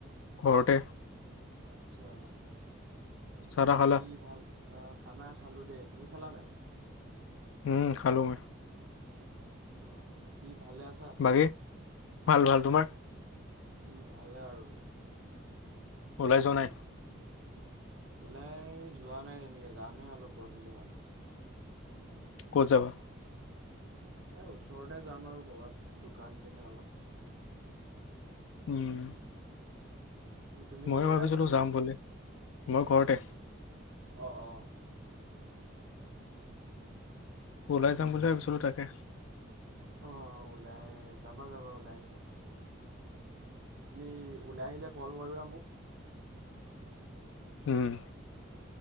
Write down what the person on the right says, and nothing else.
আচ্ছা।
বাকী
ভাল অ খানা খালো দেই তুমি খালা নাই?
অ, বাকী ভালে আছা?
উম ভালে আৰু।
ওলাই যোৱা নাই তেনেকে যামহে অলপ গধূলি মানে।
এ ওচৰতে যাম আৰু ক'ৰবাত দোকান পিনে অলপ।
কি তুমি
ঘৰতে
আছা নেকি?
অঁ অঁ।
অ ওলাই যাবা যাবা ওলাই আহিবা। তুমি ওলাই আহিলে কল কৰিবা মোক।